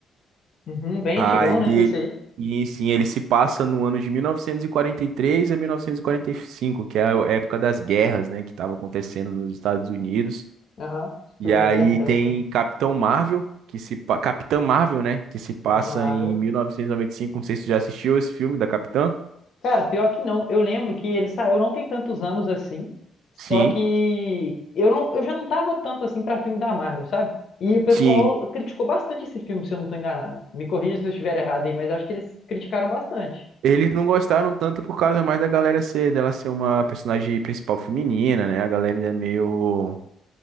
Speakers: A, on the left; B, on the right.
A: Uhum, bem
B: Aí,
A: antigão, né? Esse aí.
B: e sim, ele se passa no ano de 1943 a 1945, que é a época das guerras, né, que estava acontecendo nos Estados Unidos.
A: Aham.
B: E
A: Segunda
B: aí
A: Guerra, essa
B: tem
A: época, né?
B: Capitão Marvel, que se pa- Capitã Marvel, né, que se passa
A: Capitão Marvel.
B: em 1995. Não sei se você já assistiu esse filme da Capitã.
A: Cara, pior que não. Eu lembro que ele saiu não tem tantos anos assim. Só
B: Sim,
A: que eu não, eu já não tava tanto assim pra filme da Marvel, sabe? E o pessoal
B: sim.
A: criticou bastante esse filme, se eu não tô enganado. Me corrija se eu estiver errado aí, mas acho que eles criticaram bastante.
B: Eles não gostaram tanto por causa mais da galera ser, dela ser uma personagem principal feminina, né? A galera ainda é meio